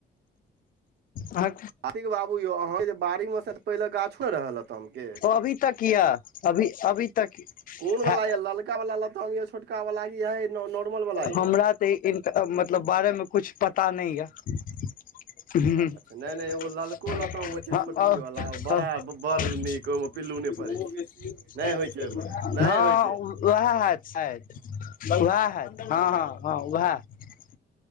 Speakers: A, on the left (about 55°); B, on the right (about 75°).
A: ह
B: आतिक बाबू यौ अहाँके जे बाड़ी मे शायद पहिले गाछो रहै लताम के
A: अभी तक यऽ अभी अभी तक
B: कोन वाला
A: हे
B: यऽ ललका वाला लताम यऽ छोटका वाला कि है नॉर्मल वाला यऽ
A: हमरा इनका मतलब बारेमे कुछ पता नहि यऽ हू
B: अच्छा नहि
A: हँ
B: नहि एगो ललको
A: आ
B: लताम होइ छै छोटकी
A: हँ
B: वाला बड़ा
A: उएह
B: बड़ नीक ओहिमे
A: होत
B: पिल्लू नहि पड़ै छै
A: साइद
B: नहि होइ
A: उएह
B: छै ओहिमे नहि
A: हए
B: होइ छै
A: हँ हँ हँ उएह